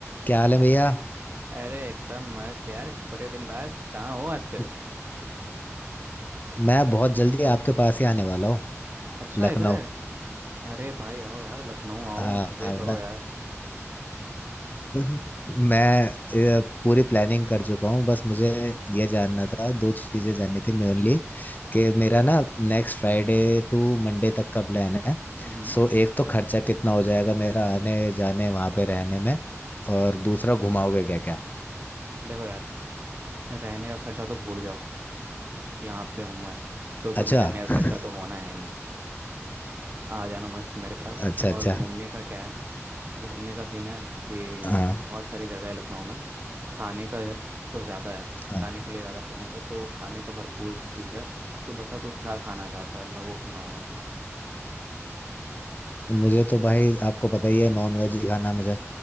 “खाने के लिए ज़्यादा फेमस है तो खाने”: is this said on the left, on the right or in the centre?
Right